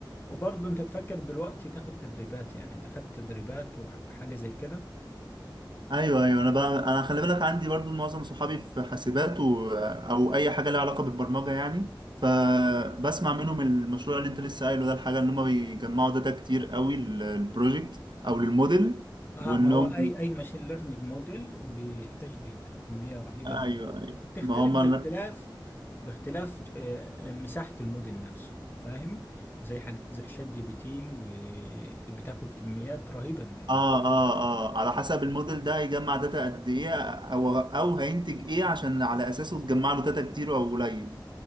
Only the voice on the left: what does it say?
وبرضه انت تفكر دلوقتي تاخد تدريبات يعني انت خدت تدريبات وحاجة زي كده
اه
ما هو اي اي ماشين ليرنينج موديل بيحتاج داتا كميه رهيبه
من الداتا
بتختلف
باختلاف
باختلاف آه، آه، مساحه الموديل نفسه فاهم زي حاجات زي شات جي بي تي وبتاخد كميات رهيبه من ال...